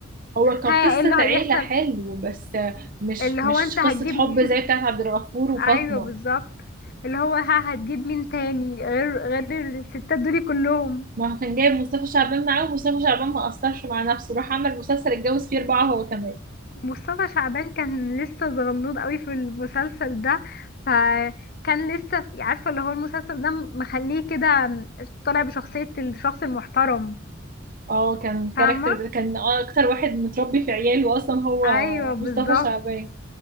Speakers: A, on the right; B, on the left.
A: هو كان
B: ها
A: قصة
B: ايه اللي هيحصل
A: عيلة حلو بس مش
B: اللي هو
A: مش
B: انت هتجيب
A: قصة حب
B: مين
A: زي بتاعت عبد الغفور وفاطمة
B: ايوه بالظبط اللي هو ها هتجيب مين تاني غير غير الستات دول كلهم
A: ما هو كان جايب مصطفى شعبان معاه ومصطفى شعبان ما قصرش مع نفسه راح عمل مسلسل اتجوز فيه أربعة هو كمان
B: مصطفى شعبان كان لسه صغنون قوي في المسلسل ده فكان لسه في- عارفه اللي هو المسلسل ده مخليه كده طالع بشخصيه الشخص المحترم
A: اه كان كاركتر
B: فاهمه
A: كان أكتر واحد متربي في عياله أصلا هو
B: ايوه بالظبط
A: مصطفى شعبان